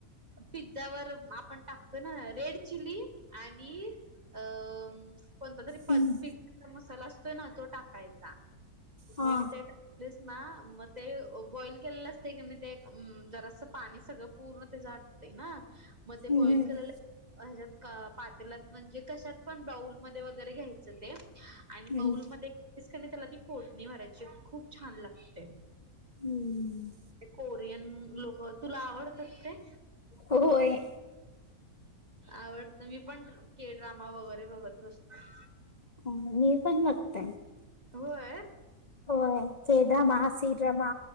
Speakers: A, on the right; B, on the left.
A: पिझ्झावर म आपण टाकतो ना अ रेड चिली आणि अम कोणता तरी प
B: हम्म
A: पिझ्झा मसाला असतोय ना तो टाकायचा
B: हा
A: म ते टाक प्लेस ना म ते अ बॉईल केलेला असते क नी घेऊन ते अं जरासा पाणी सगळं पूर्ण त्याचं आटते ना मग
B: हम्म
A: ते बॉईल
B: हम्म
A: केलेला अ हेज्यात का पातेलात म्हणजे कशात पण बाउल मध्ये वगैरे घ्यायचं ते आणि
B: हम्म
A: बाऊलमध्ये <inaudible> ते त्याला ती फोडणी मारायची खूप छान लागते.
B: हम्म
A: ते कोरियन लोकं तुला आवडतात काय
B: होय
A: आवडतं मी पण के ड्रामा वगैरे बघत बसतो.
B: कोण निळ पण बघतय
A: होय
B: होय K drama, C drama,